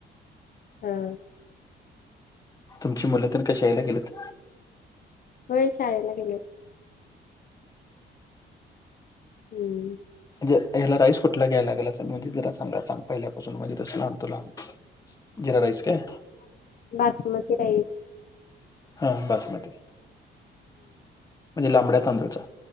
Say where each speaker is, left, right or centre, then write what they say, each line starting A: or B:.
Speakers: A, on the left; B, on the left.
A: हा
B: तुमची मुलं तर काय शाळेला गेलंत
A: होय शाळेला गेलेत. हम्म
B: म्हणजे ह्याला राईस कुठला घ्यायला लागेल असं म्हणजे जरा सांगा सांग पहिल्यापासून म्हणजे तसं आणतो जिरा राईस काय?
A: बासुमती राईस
B: हा बासमती म्हणजे लांबड्या तांदूळचा?